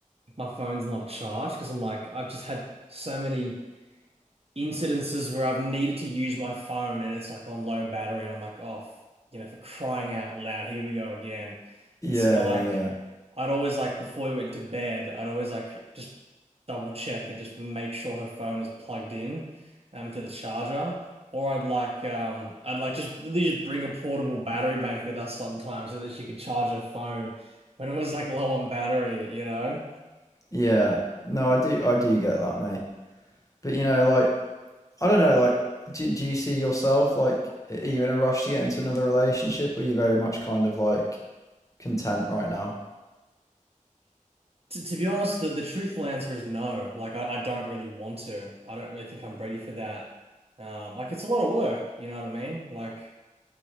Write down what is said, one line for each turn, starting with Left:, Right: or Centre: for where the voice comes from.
Right: my phone's not charged because I'm like I've just had so many incidences where I've needed to use my phone and it's like on low battery and I'm like oh f- you know for crying out loud here we go again
Left: yeah,
Right: and so like
Left: yeah,
Right: I'd always like before we went to bed I'd always like just double check and just make sure her phone was plugged in um to the charger or I'd like um I'd like just they just bring a portable battery bank with us sometimes so that she could charge her phone when it was like low on battery you know
Left: yeah. No, I do, I do get that, mate. But you know, like I don't know, like, do, do you see yourself, like, are you in a rush to get into another relationship, or are you very much kind of like content right now?
Right: To, to be honest, the, the truthful answer is no. Like, I, I don't really want to. I don't really think I'm ready for that. Um, like, it's a lot of work, you know what I mean? Like,